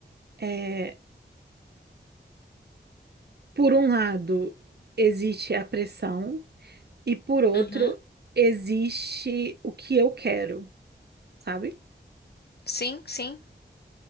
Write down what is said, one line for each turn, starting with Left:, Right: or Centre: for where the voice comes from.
Right: é, por um lado, existe a pressão e por outro,
Left: uhum.
Right: existe o que eu quero, sabe?
Left: Sim, sim.